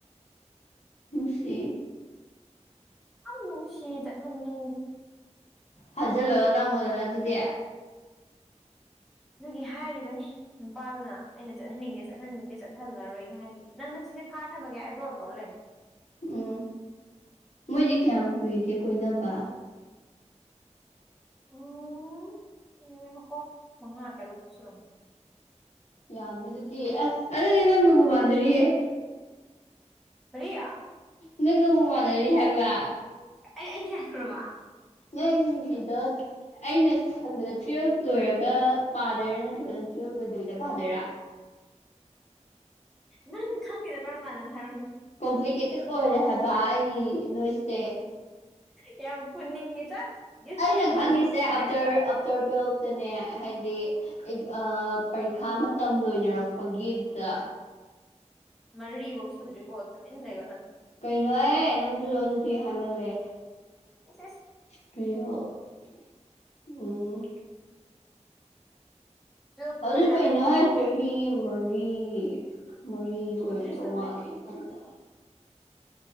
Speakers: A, on the left; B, in the centre.
A: ꯅꯨꯡꯁꯤ
B: ꯌꯥꯝ ꯅꯨꯡꯁꯤ ꯆꯠꯍꯟꯅꯤꯡꯗꯦ
A: ꯐꯥꯖꯜꯂꯒ ꯊꯝꯃꯣꯗꯅ ꯑꯗꯨꯗꯤ
B: ꯑꯗꯨꯒꯤ ꯍꯥꯏꯔꯤꯕꯅꯤ ꯅꯨꯄꯥꯗꯨꯅ ꯑꯩꯅ ꯆꯠꯍꯟꯅꯤꯡꯗꯦ ꯆꯠꯍꯟꯅꯤꯡꯗꯦ ꯆꯠꯍꯜꯂꯔꯣꯏꯒꯦ ꯍꯥꯏꯕꯒꯤ ꯅꯪ ꯅꯆꯦꯁꯦ ꯐꯥꯔ ꯊꯃꯒꯦ ꯍꯥꯏꯕ꯭ꯔꯣ ꯇꯧꯔ ꯂꯩꯔꯕꯅꯤ
A: ꯎꯝ ꯃꯣꯏꯖꯦ ꯀꯌꯥꯝ ꯀꯨꯏꯒꯦ ꯀꯣꯏꯅꯕ
B: ꯎꯝ ꯎꯝ ꯉꯥꯏꯈꯣꯀꯣ ꯃꯉꯥ ꯇꯔꯨꯛ ꯁꯨꯔꯝꯒꯗ꯭ꯔ
A: ꯌꯥꯝꯃꯤꯗꯨꯗꯤ ꯑꯁ ꯑꯗꯨꯗꯤ ꯅꯪꯒꯕꯨ ꯃꯥꯟꯅꯔꯤꯌꯦ
B: ꯀꯔꯤ
A: ꯅꯪꯒꯕꯨ ꯃꯥꯟꯅꯔꯤ ꯍꯥꯏꯕ
B: ꯑꯩ ꯑꯩ ꯀꯌꯥ ꯁꯨꯔꯕ
A: ꯅꯪꯒꯤꯗꯣ ꯑꯩꯅ ꯈꯟꯕꯗ ꯇꯨꯋꯦꯜꯕ ꯂꯣꯏꯔꯒ ꯄꯥꯗꯣꯏꯔꯥ ꯅꯠꯇ꯭ꯔꯒꯅ ꯇꯨꯋꯦꯜꯕ ꯂꯣꯏꯗꯕꯤꯗ ꯄꯥꯗꯣꯏꯔꯥ
B: ꯅꯪ ꯈꯪꯉꯤꯗꯣ ꯀꯔꯝ ꯀꯥꯟꯗꯅꯣ ꯍꯥꯏꯔꯣꯅꯦ
A: ꯀꯣꯝꯄ꯭ꯂꯤꯀꯦꯇꯦꯠ ꯑꯣꯏꯔꯦ ꯍꯥꯏꯕ ꯑꯩ ꯅꯣꯏꯁꯦ
B: ꯌꯥꯝ ꯐꯨꯅꯤꯡꯉꯦ ꯆꯠ ꯏꯁ
A: ꯑꯩꯅ ꯈꯪꯉꯤꯁꯦ
B: ꯃꯔꯤ ꯃꯉꯥ
A: ꯑꯞꯇꯔ
B: ꯀꯥꯏꯅꯒ
A: ꯑꯥꯞꯇꯔ ꯇꯨꯋꯦꯜꯞ ꯇꯅꯦ ꯍꯥꯏꯗꯤ ꯑꯦꯛ ꯑꯥ ꯄꯔꯤꯈꯥ ꯃꯇꯝ ꯂꯣꯏꯅꯔꯛꯄꯒꯤꯗ
B: ꯃꯔꯤꯕꯧ ꯁꯨꯗ꯭ꯔꯤꯀꯣ ꯇꯨꯃꯤꯟ ꯂꯩꯌꯣ ꯅꯪ
A: ꯀꯩꯅꯣꯍꯦ ꯅꯪꯁꯨ ꯑꯗꯨꯗꯤ ꯍꯥꯏꯃꯜꯂꯦ
B: ꯏꯁ ꯏꯁ
A: ꯇꯨꯌꯦꯜꯄ ꯎꯝ
B: ꯇꯨꯌꯦꯜꯞ
A: ꯍꯧꯖꯤꯛ
B: ꯂꯣꯏꯔꯀꯥꯟꯗꯅꯤꯀꯣ
A: ꯀꯩꯅꯣ ꯍꯥꯏ ꯆꯦ ꯆꯍꯤ ꯃꯔꯤ ꯃꯔꯤ ꯑꯣꯏꯔꯝꯗꯧ
B: ꯁꯨꯗ꯭ꯔꯤ ꯁꯨꯗ꯭ꯔꯤ
A: ꯃꯥꯜꯂꯦ ꯑꯩꯅ ꯈꯟꯕꯗ